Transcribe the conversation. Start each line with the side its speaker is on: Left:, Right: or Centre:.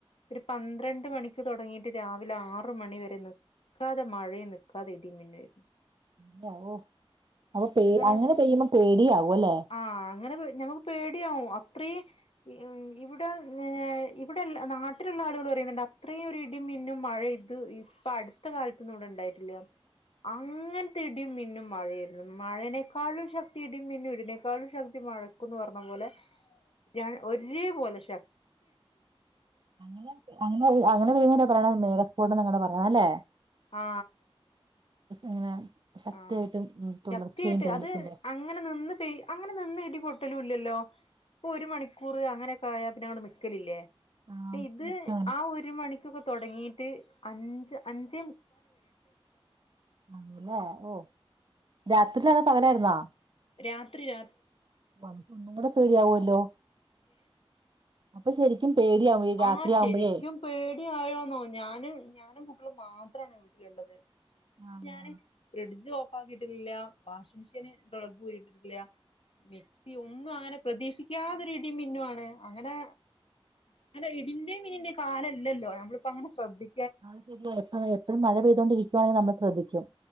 Left: ഒരു പന്ത്രണ്ട് മണിക്ക് തൊടങ്ങിയിട്ട് രാവിലെ ആറ് മണി വരെ നി ക്കാതെ മഴേം നിക്കാതെ ഇടിം മിന്നേര്ന്നു.
Right: മ് ആ അപ്പൊ പേ
Left: കാ
Right: അങ്ങനെ പെയ്യുമ്പം പേടിയാവൊല്ലെ.
Left: ആഹ് അങ്ങനെ ഞമ്മക്ക് പേടിയാവും അത്രേം മ് ഇവിടെ ഇവിടെ നാട്ടില്ള്ള ആളുകള് പറയുന്ന്‌ണ്ട് അത്രേയൊരു ഇടിമിന്നും മഴേം ഇത് ഇപ്പൊ അടുത്ത കാലത്തൊന്നും ഇവിടെ ഇണ്ടായിട്ടില്ലാന്ന്. അങ്ങൻത്തെ ഇടിം മിന്നും മഴേര്ന്നു. മഴേനെക്കാളും ശക്തി ഇടിം മിന്നും ഇടിനേക്കാളും ശക്തി മഴക്കുംന്ന് പറഞ്ഞ പോലെ- ഞാൻ ഒരേ പോലെ ശ
Right: അങ്ങനെ അങ്ങനെ വുന്ന പറയ മേഘഫോട്ടന്ന് അങ്ങനെ പറയണം അല്ലേ
Left: ആ
Right: ഇങ്ങനെ ശക്തിയായിട്ട്
Left: ആ
Right: ഉം, തുടർച്ചയായും
Left: ശക്തിയായിട്ട്
Right: പെയ്തോണ്ടിരിക്കുമ്പോ
Left: അത് അങ്ങനെ നിന്ന് പെയ് അങ്ങനെ നിന്ന് ഇടിപൊ ട്ടലുല്ലല്ലോ ഇപ്പൊ ഒരു മണിക്കൂർ അങ്ങനെക്കെ ആയാ പിന്നെ അങ്ങട് നിക്കലില്ലേ
Right: ആ
Left: ഇത്
Right: നിക്കും അങ്ങനെ
Left: ആ ഒരു മണിക്കൊക്കെ തൊടങ്ങിട്ട് അഞ്ച് അഞ്ചേ
Right: ആണ്ല്ലേ ഓ രാത്രിയിലാന്നോ പകലായിരുന്നോ
Left: രാത്രി രാത്രി
Right: ഓ അപ്പൊ ഒന്നും കൂടെ പേടിയാവൊല്ലോ അപ്പൊ ശരിക്കും പേടിയാവും ഈ രാത്രിയാവുമ്പോഴേ
Left: ആ ശരിക്കും പേടി ആയോന്നോ ഞാനും ഞാനും കുട്ട്യേളും മാ ത്രാണ് വീട്ടിലുള്ളത്
Right: ആഹ്
Left: ഞാൻ ഫ്രിഡ് ജ് ഓഫ് ആക്കിയിട്ടില്ല വാഷിംഗ് മെഷീന് പ്ലഗ് ഊരിട്ടിട്ടില്ല. മിക്സി ഒന്നും അങ്ങനെ പ്രതീക്ഷിക്കാതൊരു ഇടിം മിന്നു ആണ് അങ്ങനെ അങ്ങനെ ഇടിന്റെയും മിന്നിന്റെയും കാലല്ലോ ഞമ്മളിപ്പോങ്ങനെ ശ്രദ്ധി
Right: അത് ശെരിയ എപ്പ എപ്പോഴും മഴ പെയ്തോണ്ടിരിക്കുവാണെ നമ്മൾ ശ്രദ്ധിക്കും